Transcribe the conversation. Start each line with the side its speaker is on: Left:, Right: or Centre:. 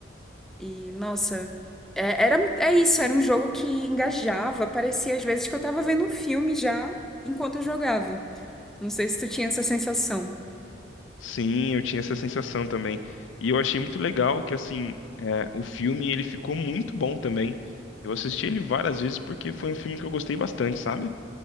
Centre: E, nossa, é, era, é isso, era um jogo que engajava. Parecia às vezes que eu tava vendo um filme já enquanto eu jogava. Não sei se tu tinha essa sensação.
Left: Sim, eu tinha essa sensação também. E eu achei muito legal que, assim, é, o filme ele ficou muito bom também. Eu assisti ele várias vezes porque foi um filme que eu gostei bastante, sabe?